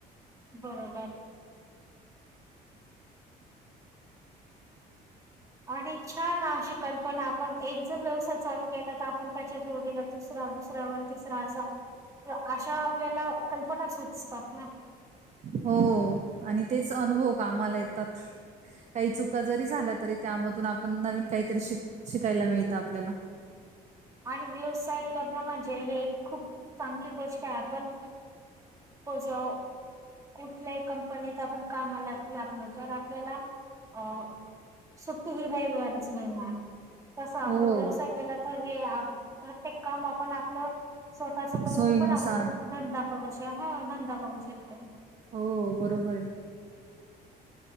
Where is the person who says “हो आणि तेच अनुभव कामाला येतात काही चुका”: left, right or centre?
Right